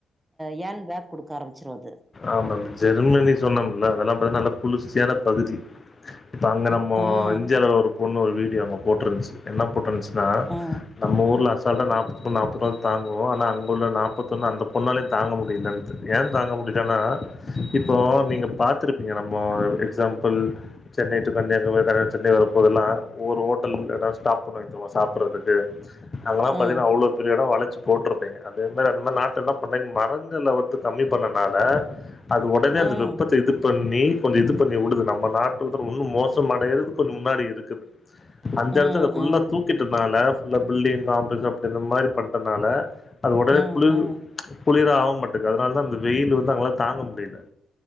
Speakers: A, on the right (about 20°); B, on the left (about 30°).
A: யேண்பேக் குடுக்க ஆரம்பச்சுரு அது
B: ஆமா ஜெர்மெனி சொன்னோம்ல்ல அதெல்லா பாத்தா நல்லா குளிர்ச்சியான பகுதி இப்ப அங்க நம்மோ
A: ம்
B: இந்தியால ஒரு பொண்ணு ஓட வீடியோ அங்க போட்ருந்துச்சு என்ன போட்ரு ந்துச்சுன்னா
A: ம்
B: நம்ம ஊர்ல அசால்டா நாப் நாப்பதுபா தங்குவோ. ஆனா அங்க உள்ள நாப்பத்தொன்னு அந்த பொண்ணாலே தாங்க முடிலன்னு ஏ தாங்க முடிலன்னா இப்போ நீங்க பாத்துருப்பீங்க நம்ம எக்ஸாம்பிள் சென்னை டு கன்னியாகுமரி நா சென்னை வரப்போதெல்லா ஒரு ஹோட்டல் எதா ஸ்டாப் பண்ண வைக்குவோ சாப்படறதுக்கு அங்கல்லா
A: ம்
B: பாத்தீங்கன்னா அவ்ளோ பெரிய எடோ வளர்ச்சி போட்ருப்பீங்க அதே மேர அந்த மாரி நாத்தம் தான் என்ன பண்றீங்க மரங்கள வந்து கம்மி பண்ணனால அது ஒடனே
A: ம்
B: அந்த வெப்பத் த இது பண்ணி கொஞ்சோ இது பண்ணி விடுது நம்ம நாட்டு உதர் ஒன்னு மோசம் அடையறது கொஞ்சோ முன்னாடி இருக்குது அந்த
A: ம்
B: இடத்துல ஃபுல்லா
A: ம்
B: தூக்கிட்டனால ஃபுல்லா பில்டிங் காம்ப்ளக்ஸ் அப்டி இந்த மாரி பண்றதுனால அது உடனே
A: ம் ம்
B: குளிர் குளிர் ஆவும் மாட்டுது அதனால தான் அந்த வெயில் வந்து அவங்களால தாங்க முடில